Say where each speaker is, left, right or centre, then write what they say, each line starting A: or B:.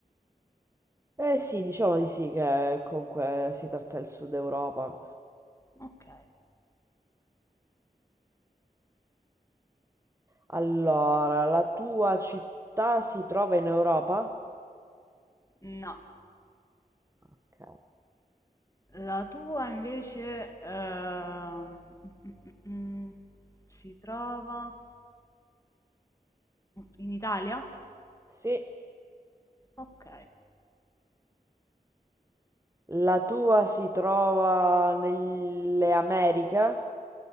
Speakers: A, on the right; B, on the left.
A: Eh sì, diciamo di sì che comunque si tratta del Sud Europa.
B: Ok.
A: Allora, la tua città si trova in Europa?
B: No,
A: Ok.
B: la tua invece ehm, mm, mm, mm, mm, si trova in Italia?
A: Sì.
B: Ok.
A: La tua si trova nelle Americhe?